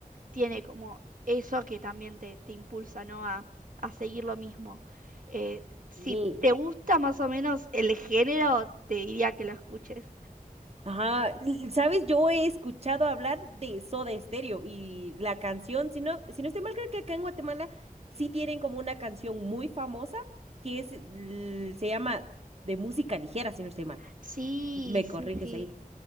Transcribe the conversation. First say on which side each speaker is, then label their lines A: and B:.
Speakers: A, on the right; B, on the right.
A: tiene como eso que también te, te impulsa, ¿no? A, a seguir lo mismo. Eh, si
B: Sí,
A: te gusta más o menos el género, te diría que lo escuches.
B: ajá. l- ¿Sabes? Yo he escuchado hablar de Soda Stereo y la canción, si no, si no estoy mal, creo que acá en Guatemala sí tienen como una canción muy famosa que es, l- se llama de música ligera, si no estoy mal.
A: Sí,
B: Me
A: sí,
B: corriges
A: sí.
B: ahí.